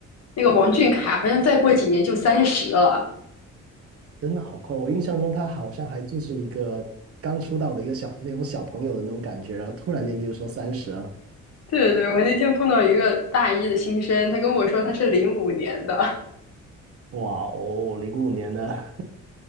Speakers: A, on the left; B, on the right.
A: 那个王俊凯，好像再过几年就三十了。
B: 真的好快。我印象中他好像还就是一个刚出道的一个小那种小朋友的那种感觉，然后突然间就说三十了，
A: 对对对，我那天碰到一个大一的新生，他跟我说他是零五年的，
B: 哇哦，零五年的，